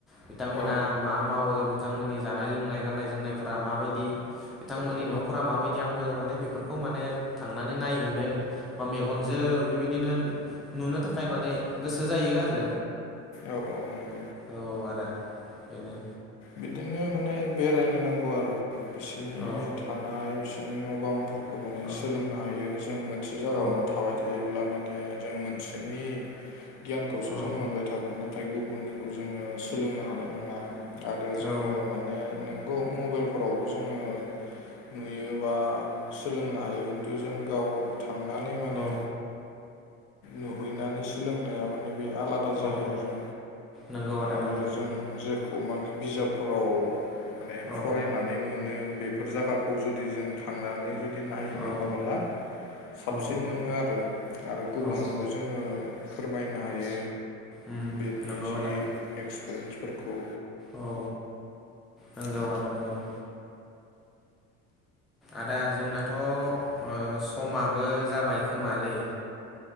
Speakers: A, in the centre; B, on the left (about 55°).
A: बिथांमोना
B: औ
A: मा मावो बिथांमोननि जानाय लोंनाय गाननाय जोमनायफोरा माबायदि बिथांमोननि
B: औ
A: न'फोरा माबायदि आंबो माने बेफोरखौ माने थांनानै नायहैनो बा मेगनजों बेबायदिनो नुनो थाखाय माने गोसो जायो आरो
B: औ औ नंगौ
A: औ आदा बेनो
B: बिदिनो माने बेरायनो नांगौ आरो बिसिनि
A: औ
B: था थानाय बिसोरनि न' बांफोरखौ माने
A: औ
B: सोलोंनो हायो जों मोनसे जायगायावनो
A: औ
B: थाबाय था जायोब्ला माने जों मोनसेनि गियानखौसो
A: औ
B: जों मोनबाय थागोन नाथाय गुबुननिखौ जोङो सोलोंनो हानाय नङा आर आरो जोङो
A: औ
B: माने नोंगौ मबाइलफोरावबो जोङो नुयो बा सोलोंनो हायो खिन्थु जों गाव थांनानै माने
A: औ
B: नुहैनानै सोलोंनाया माने बे आला दा जायोआरो
A: औ नंगौ आदा
B: आरो
A: नंगौ
B: जों जेखौ माने बिजाबफोराव माने
A: औ
B: फरायनानै मोनो बेफोर जायगाखौ जुदि जों थांनानै जुदि नायहैनो
A: औ
B: हाबा ब्ला साबसिन
A: औ
B: मोनोआरो आरो गुबुननोबो
A: औ
B: जोङो फोरमायनो हायो
A: उम
B: बेनि
A: नंगौ
B: जि
A: आदा
B: एक्सपिरियेन्सफोरखौ
A: औ नंगौ
B: औ
A: आदा नंगौ आदा जोंनाथ' ओ समाबो जाबाय खोमालै